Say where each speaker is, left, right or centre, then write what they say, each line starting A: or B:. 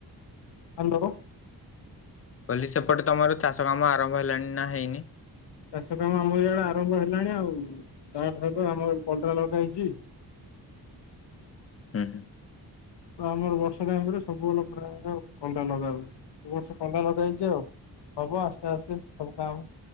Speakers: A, on the left; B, on the left.
A: ହ୍ୟାଲୋ।
B: କହିଲି, ସେପଟେ ତମର ଚାଷ କାମ ଆରମ୍ଭ ହେଲାଣି ନା, ହେଇନି?
A: ଚାଷ କାମ ଆମ ଏଇଆଡ଼େ ଆରମ୍ଭ ହେଲାଣି ଆଉ, ଷ୍ଟାର୍ଟ ହେବ। ଆମର କଲରା ଲଗା ହେଇଛି।
B: ହୁଁ ହୁଁ।
A: ତ ଆମର ବର୍ଷା ଟାଇମ୍ ରେ ସବୁବେଳ ପ୍ରାୟ କଲରା ଲଗା ହୁଏ। ଏ ବର୍ଷ କଲରା ଲଗା ହେଇଛି ଆଉ। ହବ, ଆସ୍ତେ ଆସ୍ତେ ସବୁ କାମ